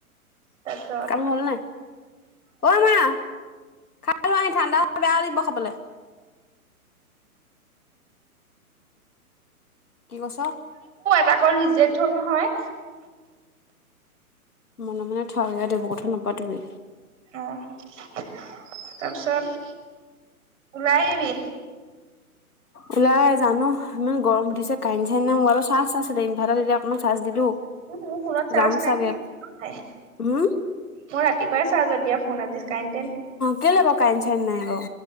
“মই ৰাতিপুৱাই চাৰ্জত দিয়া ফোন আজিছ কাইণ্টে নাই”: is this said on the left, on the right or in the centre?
Right